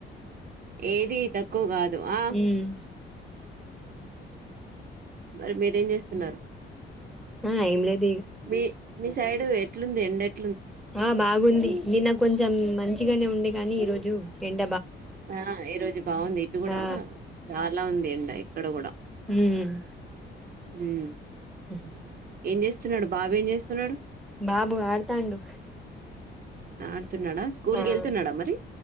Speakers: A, on the right; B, in the centre.
A: ఏది తక్కువ కాదు. ఆహ్
B: ఉమ్
A: మరి మీరేం చేస్తుంటారు.
B: ఆహ్ ఏంలేదు.
A: మీ మీ సైడ్ ఎట్లుంది ఎండలు.
B: ఆహ్ బాగుంది నిన్న కొంచెం మంచిగానే ఉండే గాని ఈ రోజు ఎండ్.
A: ఆహ్ ఈ రోజు బాగుంది ఇటు కూడా
B: ఆ
A: చాలా ఉంది ఎండ ఇక్కడ కూడా.
B: ఉమ్మ్.
A: ఉమ్.
B: ఉమ్మ్.
A: ఏం చేస్తున్నాడు బాబు ఏం చేస్తున్నాడు.
B: బాబు ఆడతాండు.
A: ఆడుతున్నాడా స్కూల్
B: ఆహ్
A: కి వెళ్తున్నాడా మరి